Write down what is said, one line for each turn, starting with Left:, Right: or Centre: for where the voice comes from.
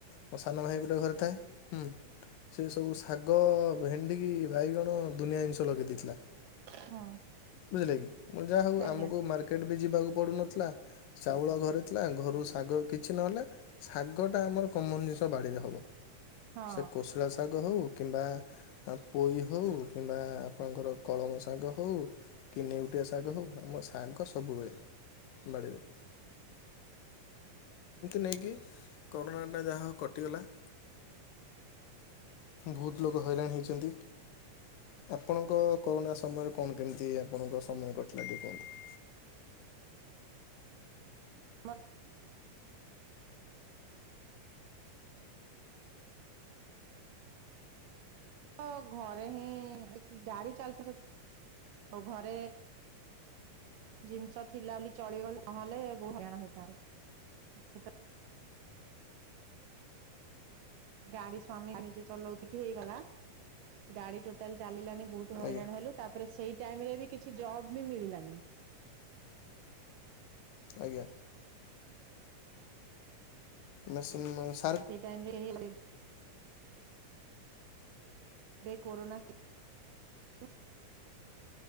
Left: ମୋ ସାନ ଭାଇ ପୁରା ଘରେ ଥାଏ ସେ ସବୁ ଶାଗ ଭେଣ୍ଡି ବାଇଗଣ ଦୁନିଆ ଜିନିଷ ଲଗାଇ ଦେଇଥିଲା।
Right: ହଁ।
Left: ବୁଝିଲେ କି ମୁଁ ଯାହା ହଉ
Right: ଆଜ୍ଞା
Left: ଆମକୁ ମାର୍କେଟ ବି ଯିବାକୁ ପଡୁନଥିଲା ଚାଉଳ ଘରେଥିଲା ଘରୁ ଶାଗ କିଛି ନହେଲେ ଶାଗ ଟା ଆମର କମନ ଜିନିଷ ବାଡିରେ ହବ।
Right: ହଁ
Left: ସେ କୋଶଳା ଶାଗ ହଉ କିମ୍ବା ପୋଇ ହଉ କିମ୍ବା ଆପଣଙ୍କର କଳମ ଶାଗ ହଉ କି ନେଉଟିଆ ଶାଗ ହଉ ଆମ ଶାଗ ସବୁବେଳେ। ବଡ଼ିିରେ। ନେଇକି କରୋନାଟା ଯାହା କଟିଗଲା ବହୁତ ଲୋକ ହଇରାଣ ହେଇଛନ୍ତି ଆପଣଙ୍କ କରୋନା ସମୟରେ କଣ କେମିତି ଆପଣଙ୍କ ସମୟ କଟିଲା ଟିକେ କୁହନ୍ତୁ।
Right: ମର ତ ଘରେ ହିଁ ଗାଡି ଚାଲୁଛି ସତ ଆଉ ଘରେ। ଜିନିଷ ଥିଲା ବୋଲି ଚଳିଗଲୁ ନହେଲେ ବହୁତ ହଇରାଣ ହେଇଥାନ୍ତୁ। ଗାଡି ସ୍ଵାମୀ ନିଜେ ଚଲଉତିିକି ହେଇଗଲା। ଗାଡି ଟୋଟାଲ ଚାଲିଲାନି ବହୁତ ହଇରାଣ
Left: ଆଜ୍ଞା
Right: ହେଲୁ ତାପରେ ସେଇ ଟାଇମ ରେ ବି କିଛି ଜବ ବି ମିଳିଲାନି।
Left: ଆଜ୍ଞା। ମସ
Right: ସେଇ ଟାଇମ ରେ ସେଇ କରୋନା। ହ